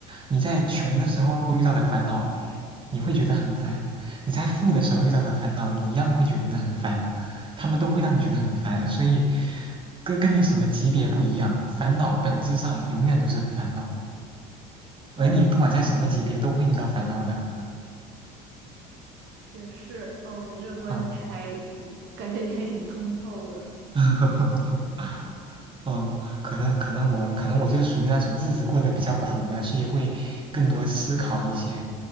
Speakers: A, on the right; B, on the right.
A: 你在穷的时候遇到的烦恼，你会觉得很烦；你在富的时候遇到的烦恼，你一样会觉得很烦。他们都会让你觉得很烦，所以跟跟你什么级别不一样，烦恼本质上永远都是烦恼。而你不管在什么级别都会遇到烦恼的，
B: 呃，也是哦，你这个观点还，
A: 嗯，
B: 嗯，感觉你还挺通透的，
A: <laughs> 嗯，可能可能我可能我就属于那种日子过得比较苦的，所以会更多思考一些。